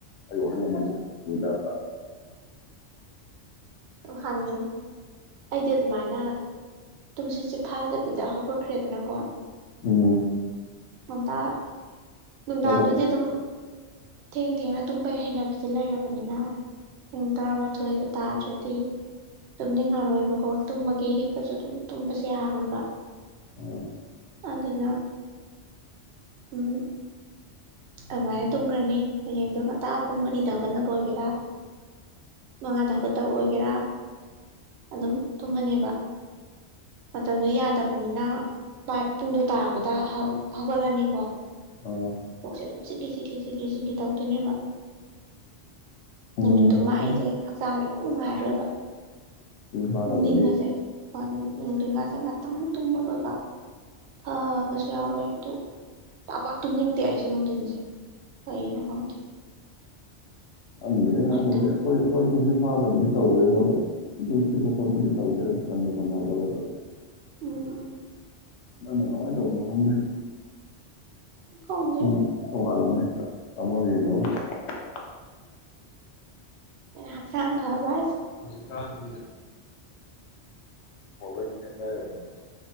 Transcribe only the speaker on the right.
ꯍꯪꯉꯤꯅꯤ ꯑꯩꯗꯤ ꯑꯗꯨꯃꯥꯏꯅ ꯇꯨꯝꯁꯤꯠꯁꯦ ꯐꯥꯗꯕꯤꯗ ꯍꯧꯒꯠꯈ꯭ꯔꯦꯗꯅꯀꯣ
ꯉꯟꯇꯥ ꯅꯨꯡꯗꯥꯡꯗꯨꯗꯤ
ꯑꯗꯨꯝ ꯊꯦꯡ ꯊꯦꯡꯅ ꯇꯨꯝꯕꯩ ꯍꯩꯅꯕꯤꯁꯤ ꯂꯩꯔꯕꯅꯤꯅ ꯄꯨꯡ ꯇꯔꯥꯃꯥꯊꯣꯏꯒ ꯇꯥꯗ꯭ꯔꯦ ꯀꯩ ꯇꯨꯝꯅꯤꯡꯉꯔꯣꯏꯕꯀꯣ ꯇꯨꯝꯃꯒꯦ ꯍꯤꯞꯄꯁꯨ ꯑꯗꯨꯝ ꯇꯨꯝꯕꯁꯦ ꯌꯥꯔꯣꯏꯕ ꯕ
ꯑꯗꯨꯅ ꯎꯝ ꯑꯃꯥꯏꯅ ꯇꯨꯝꯒ꯭ꯔꯅꯤ ꯍꯌꯦꯡꯗꯣ ꯉꯟꯇꯥ ꯄꯨꯡ ꯃꯔꯤꯗ ꯍꯧꯒꯠꯅꯕ ꯑꯣꯏꯒꯦꯔꯥ ꯃꯉꯥꯗ ꯃꯇꯧ ꯑꯣꯏꯒꯦꯔꯥ ꯑꯗꯨꯝ ꯇꯨꯝꯃꯅꯦꯕ ꯃꯇꯝꯗꯣ ꯌꯥꯗꯕꯅꯤꯅ ꯚꯥꯏ ꯄꯨꯡꯗꯣ ꯇꯥꯔꯛꯄꯗ ꯍꯧꯒꯠꯂꯅꯤꯀꯣ
ꯑꯗꯨꯝ ꯆꯤꯠꯂꯤ ꯆꯤꯠꯂꯤ ꯆꯤꯠꯂꯤ ꯆꯤꯠꯂꯤ ꯇꯧꯗꯣꯏꯅꯦꯕ
ꯅꯨꯃꯤꯠꯇꯨꯃ
ꯑꯩꯁꯦ ꯍꯛꯆꯥꯡ ꯎꯝ ꯉꯥꯏꯔꯣꯏꯕ
ꯅꯨꯡꯊꯤꯟꯉꯁꯦ ꯀꯣ ꯂꯦꯡꯒꯥꯁꯦ ꯉꯥꯛꯇꯪ ꯇꯨꯝꯃꯒꯒ ꯐꯥꯕꯁꯨ ꯌꯥꯎꯑꯦ ꯑꯗꯨ ꯄꯥꯛ ꯄꯥ ꯇꯨꯝꯅꯤꯡꯗꯦ ꯑꯩꯁꯦ ꯅꯨꯡꯊꯤꯟꯁꯦ ꯀꯔꯤꯒꯤꯅꯣ ꯈꯪꯗꯦ
ꯑꯗꯨꯃꯥꯏꯅ ꯇꯧꯋꯦ
ꯎꯝ
ꯈꯪꯗꯦ
ꯍꯥꯛꯆꯥꯡ ꯐꯕ ꯍꯥꯏꯁꯦ